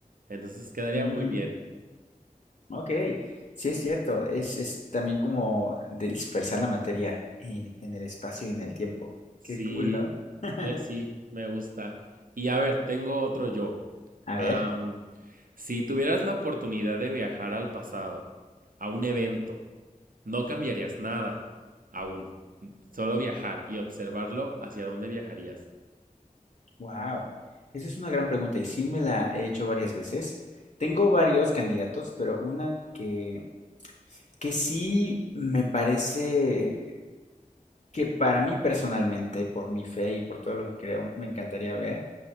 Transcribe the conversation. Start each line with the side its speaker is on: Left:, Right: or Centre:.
Right: Entonces quedaría
Left: Ujú,
Right: muy bien.
Left: Ok, sí es cierto. Es, es también como dispersar la materia en, en el espacio y en el tiempo.
Right: Sí,
Left: Qué cool, ¿no? <laughs>
Right: me- sí, me gusta. Y a ver, tengo otro yo.
Left: A
Right: Am,
Left: ver.
Right: si tuvieras la oportunidad de viajar al pasado, a un evento, No cambiarías nada, aún. Solo viajar y observarlo hacia dónde viajarías.
Left: Wow. Esa es una gran pregunta y sí me la he hecho varias veces. Tengo varios candidatos, pero una que que sí me parece que para mí personalmente, por mi fe y por todo lo que creo, me encantaría ver,